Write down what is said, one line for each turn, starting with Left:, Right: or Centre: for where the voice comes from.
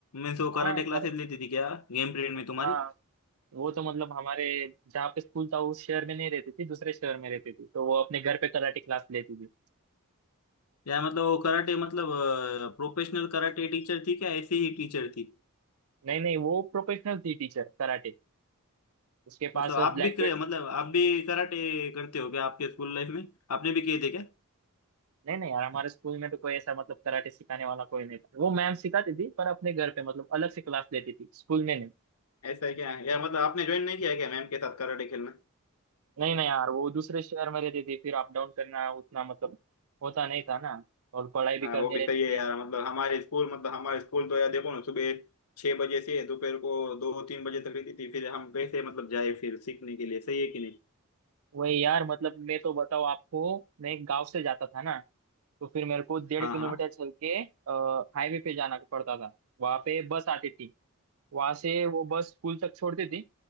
Left: मैं तो कराटे
Right: हाँ
Left: क्लासेस
Right: कर
Left: लेती थी क्या गेम पीरियड में तुम्हारी
Right: हाँ वो तो मतलब हमारे जहाँ पे स्कूल था उस शहर में नहीं रहती थी दूसरे शहर में रहती थी तो वो अपने घर पे कराटे क्लास लेती थी
Left: यार मतलब वो कराटे मतलब प्रोफेशनल कराटे टीचर थी क्या ऐसी ही टीचर थी
Right: नहीं नहीं वो प्रोफेशनल थी टीचर कराटे उसके पास
Left: मतलब आप
Right: ब्लैक
Left: भी करे मतलब आप भी कराटे करते हो क्या आपके स्कूल लाइफ में आपने भी किए थे क्या
Right: नहीं नहीं यार हमारे स्कूल में तो कोई ऐसा मतलब कराटे सिखाने वाला कोई नहीं था वो मैम सिखाती थी पर अपने घर पे मतलब अलग से क्लास लेती थी स्कूल में नहीं
Left: ऐसा है क्या यार मतलब आपने ज्वाइन नहीं किया क्या मैम के साथ कराटे खेलना
Right: नहीं नहीं यार वो दूसरे शहर में रहती थी फिर अप डाउन करना उतना मतलब होता नहीं था ना और पढ़ाई भी
Left: हाँ
Right: करनी
Left: वो भी
Right: रहती
Left: सही
Right: थी
Left: है यार मतलब हमारे स्कूल मतलब हमारे स्कूल तो यार देखो ना सुबह छह बजे से दोपहर को दो तीन बजे तक रहती थी फिर हम कैसे मतलब जाए फिर सीखने के लिए सही है कि नहीं
Right: वही यार मतलब मैं तो बताऊँ आपको मैं एक गाँव से जाता था ना तो फिर मेरे को डेढ़
Left: हाँ
Right: किलोमीटर
Left: हाँ
Right: चल के हाईवे पे जाना पड़ता था वहां पे बस आती थी वहां से वो बस स्कूल तक छोड़ती थी